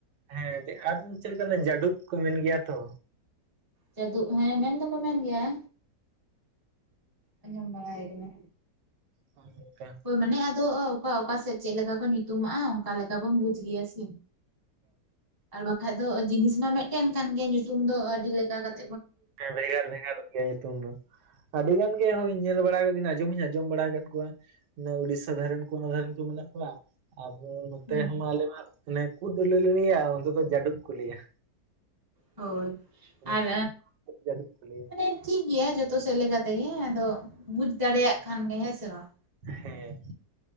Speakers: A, on the right (about 80°); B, on the right (about 15°).
A: ᱦᱮᱸ ᱟᱨ ᱪᱮᱫ ᱟᱨ ᱢᱤᱫ ᱪᱮᱫᱞᱮᱠᱟ ᱚᱱᱟ ᱡᱟᱹᱰᱩᱠ ᱠᱚ ᱢᱮᱱ ᱜᱮᱭᱟ ᱛᱚ᱾
B: ᱡᱟᱫᱩᱵ ᱦᱮᱸ ᱢᱮᱱ ᱫᱚᱠᱚ ᱢᱮᱱ ᱜᱮᱭᱟ᱾ ᱟᱸᱡᱚᱢ ᱵᱟᱲᱟᱭ ᱟᱠᱟᱱᱟ᱾
A: ᱦᱚᱭ ᱜᱚᱝᱠᱮ᱾
B: ᱦᱳᱭ ᱢᱟᱱᱮ ᱟᱫᱚ ᱚᱠᱟ ᱚᱠᱟᱥᱮᱫ ᱪᱮᱫ ᱞᱮᱠᱟ ᱠᱚ ᱧᱩᱛᱩᱢᱟᱜᱼᱟ ᱚᱠᱟᱞᱮᱠᱟᱵᱚᱱ ᱵᱩᱡᱽ ᱜᱮᱭᱟ ᱥᱮ᱾ ᱟᱨ ᱵᱟᱠᱷᱟᱱᱡ ᱫᱚ ᱡᱤᱱᱤᱥ ᱢᱟ ᱢᱤᱫᱴᱮᱱ ᱠᱟᱱ ᱜᱮᱭᱟ ᱧᱩᱛᱩᱢ ᱫᱚ ᱟᱹᱰᱤ ᱞᱮᱠᱟ ᱠᱟᱛ
A: ᱵᱷᱮᱜᱟᱨ ᱵᱷᱮᱜᱟᱨᱚᱜ ᱜᱮᱭᱟ ᱧᱩᱛᱩᱢ ᱫᱚ ᱟᱹᱰᱤ ᱜᱟᱱ ᱜᱮ ᱦᱳᱭ ᱧᱮᱞ ᱵᱟᱲᱟ ᱟᱸᱡᱚᱢ ᱦᱚᱧ ᱟᱸᱚᱢ ᱵᱟᱲᱟ ᱟᱠᱟᱫ ᱠᱚᱣᱟ ᱚᱱᱮ ᱩᱰᱤᱥᱥᱟ ᱫᱷᱟᱨᱮᱱ ᱠᱚᱦᱚᱸ ᱢᱮᱱᱟᱜ ᱠᱚᱣᱟ ᱟᱵᱚ ᱱᱚᱛᱮ
B: ᱦᱩᱸ
A: ᱦᱚᱸᱢᱟ ᱟᱞᱮ ᱢᱟ ᱚᱱᱮ ᱠᱩᱫ ᱞᱮ ᱞᱟᱹᱭᱟ ᱚᱱᱛᱮ ᱫᱚ ᱡᱟᱹᱰᱩᱠ ᱠᱚ ᱞᱟᱹᱭᱟ
B: ᱦᱳᱭ
A: ᱚᱱᱮ
B: ᱟᱨ
A: ᱠᱩᱫ ᱡᱟᱹᱰᱩᱵ ᱠᱚ ᱞᱟᱹᱭᱟ
B: ᱮᱸ ᱴᱷᱤᱠ ᱜᱮᱭᱟ ᱡᱷᱚᱛᱚ ᱥᱮᱫ ᱞᱮᱠᱟ ᱛᱮᱜᱮ ᱟᱫᱚ ᱵᱩᱡ ᱫᱟᱲᱮᱭᱟᱜ ᱠᱷᱟᱱ ᱜᱮ ᱦᱮᱸ ᱥᱮ ᱵᱟᱝ
A: ᱦᱮᱸ